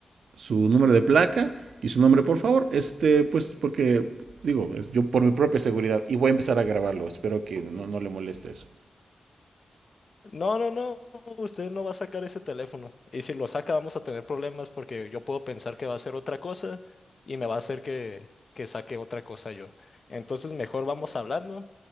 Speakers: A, on the right; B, on the left.
A: su número de placa y su nombre, por favor. Este, pues, porque, digo, es- yo por mi propia seguridad, y voy a empezar a grabarlo, espero que no, no le moleste eso.
B: No, no, no, usted no va a sacar ese teléfono. Y si lo saca, vamos a tener problemas porque yo puedo pensar que va a hacer otra cosa y me va a hacer que, que saque otra cosa yo. Entonces, mejor vamos hablando